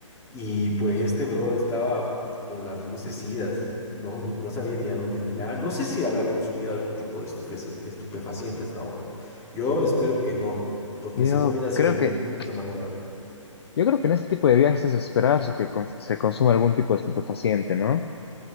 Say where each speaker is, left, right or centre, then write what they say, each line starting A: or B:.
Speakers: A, on the left; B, on the left.
A: Y pues este bro estaba con las luces idas, no, no sabía ni a dónde mirar. No sé si habrá consumido algún tipo de estufeza- estupefaciente hasta ahora. Yo espero que no, porque
B: Yo
A: si no hubiera sido
B: creo
A: mucho
B: que,
A: más grave.
B: yo creo que en este tipo de viajes es esperarse que cons- se consuma algún tipo de estupefaciente, ¿no?